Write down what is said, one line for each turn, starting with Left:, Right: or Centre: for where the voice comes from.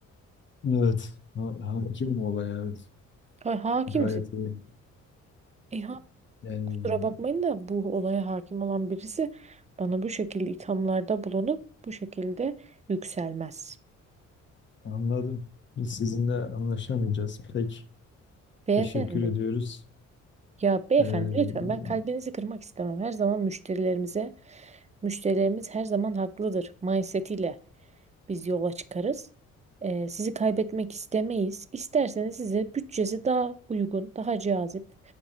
Left: Evet. Ha- Hakim olay evet.
Right: Ha, hakimsin.
Left: Gayet iyi.
Right: E, ha,
Left: Yani
Right: kusura bakmayın da bu olaya hakim olan birisi bana bu şekilde ithamlarda bulunup bu şekilde yükselmez.
Left: anladım. Biz sizinle anlaşamayacağız. Pek
Right: Beyefendi.
Left: teşekkür ediyoruz.
Right: Ya beyefendi
Left: Ee,
Right: lütfen ben kalbinizi kırmak istemem. Her zaman müşterilerimize Müşterilerimiz her zaman haklıdır mindsetiyle biz yola çıkarız. Ee, sizi kaybetmek istemeyiz. İsterseniz size bütçesi daha uygun, daha cazip,